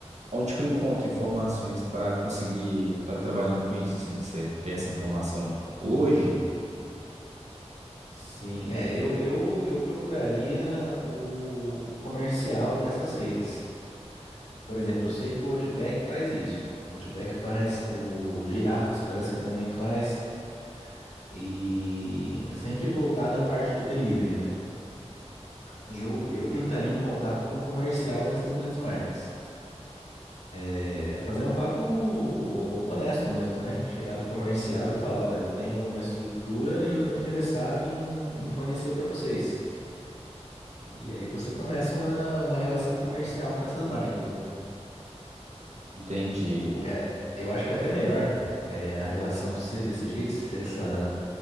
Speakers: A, on the right; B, on the left.
A: onde que eu encontro informações para conseguir estar trabalhando com isso? Assim, você tem essa informação hoje?
B: Sim, é, eu, eu, eu procuraria o, o comercial dessas redes. Por exemplo, eu sei que o Outback faz isso. O Outback faz, o Girafas parece que também faz. E sempre voltado à parte do delivery, né? Eu, eu tentaria um contato com o comercial dessas grandes marcas. É, fazer um papo honesto mesmo, né? Chegar pro comercial e falar, olha, eu tenho uma estrutura e eu tô interessado em, em fornecer para vocês. E aí você começa uma, uma relação comercial com essas marcas, né?
A: Entendi.
B: O, é, eu acho que é até melhor é, a relação ser desse jeito, ser essa,